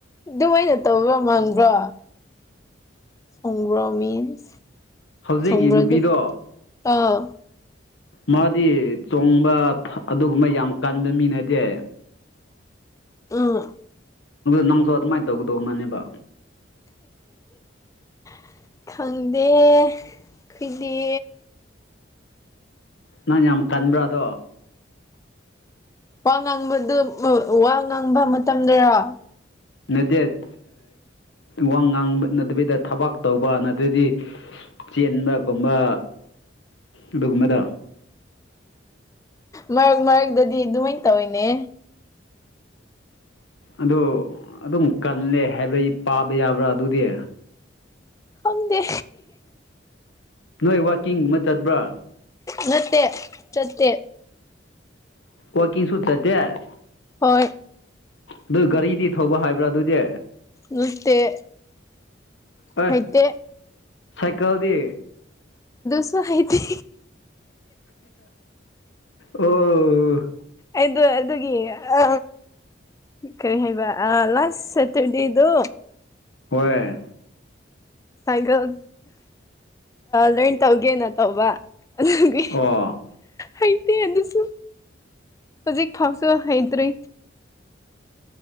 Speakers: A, on the left (about 15°); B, on the left (about 70°).
A: ꯑꯗꯨꯃꯥꯏꯅ ꯇꯧꯕ꯭ꯔꯥ ꯃꯥꯡꯕ꯭ꯔꯣ ꯁꯣꯡꯕ꯭ꯔꯣ ꯃꯤꯟꯁ
B: ꯍꯧꯖꯤꯛꯒꯤ
A: ꯁꯣꯡꯕ꯭ꯔꯣꯗꯨ
B: ꯅꯨꯄꯤꯗꯣ
A: ꯑꯥ
B: ꯃꯥꯗꯤ ꯆꯣꯡꯕ ꯑꯗꯨꯒꯨꯝꯕ ꯌꯥꯝ ꯀꯟꯕ ꯃꯤ ꯅꯠꯇꯦ
A: ꯑ
B: ꯅꯪꯁꯨ ꯑꯗꯨꯃꯥꯏꯅ ꯇꯧꯒꯗꯧ ꯃꯥꯅꯦꯕ
A: <unintelligible> ꯈꯪꯗꯦ ꯀꯨꯏꯗꯦ
B: ꯅꯪ ꯌꯥꯝ ꯀꯟꯕ꯭ꯔꯥꯗꯣ
A: ꯋꯥ ꯉꯥꯡꯕꯗꯨ ꯋꯥ ꯉꯥꯡꯕ ꯃꯇꯝꯗꯔꯣ
B: ꯅꯠꯇꯦꯠ ꯋꯥ ꯉꯥꯡꯕ ꯅꯠꯇꯕꯤꯗ ꯊꯕꯥꯛ ꯇꯧꯕ ꯅꯠꯇ꯭ꯔꯗꯤ ꯆꯦꯟꯕꯒꯨꯝꯕ ꯑꯗꯨꯒꯨꯝꯕꯗ
A: ꯃꯔꯛ ꯃꯔꯛꯇꯗꯤ ꯑꯗꯨꯃꯥꯢꯅ ꯇꯧꯋꯤꯅꯦ
B: ꯑꯗꯨ ꯑꯗꯨꯝ ꯀꯜꯂꯦ ꯍꯥꯏꯕꯩ ꯄꯥꯕ ꯌꯥꯕ꯭ꯔꯥ ꯑꯗꯨꯗꯤ
A: ꯈꯪꯗꯦ
B: ꯅꯣꯏ ꯋꯥꯛꯀꯤꯡ ꯑꯃ ꯆꯠꯄ꯭ꯔꯥ
A: ꯅꯠꯇꯦ ꯆꯠꯇꯦ
B: ꯋꯥꯀꯤꯡ ꯁꯨ ꯆꯠꯇꯦ
A: ꯍꯣꯏ
B: ꯑꯗꯨ ꯒꯥꯔꯤꯗꯤ ꯊꯧꯕ ꯍꯥꯏꯕ꯭ꯔꯥ ꯑꯗꯨꯗꯤ
A: ꯂꯠꯇꯦ
B: ꯑꯦ
A: ꯍꯩꯇꯦ
B: ꯁꯥꯏꯀꯜꯗꯤ
A: ꯁꯨꯣ ꯍꯥꯏꯥꯏꯗꯤ
B: ꯑꯣ
A: ꯑꯩꯗꯣ ꯑꯗꯨꯒꯤ ꯑ ꯀꯔꯤ ꯍꯥꯏꯕ ꯑ ꯂꯥꯁ ꯁꯇꯔꯗꯦꯗꯨ
B: ꯍꯣꯏꯣꯏ
A: ꯁꯥꯏꯒꯣꯜ ꯂꯔꯟ ꯇꯧꯒꯦꯅ ꯇꯧꯕ ꯑꯗꯨꯒꯤ
B: ꯑ
A: ꯍꯩꯇꯦ ꯑꯗꯨꯁꯨ ꯍꯧꯖꯤꯛ ꯐꯥꯎꯁꯨ ꯍꯩꯇ꯭ꯔꯤ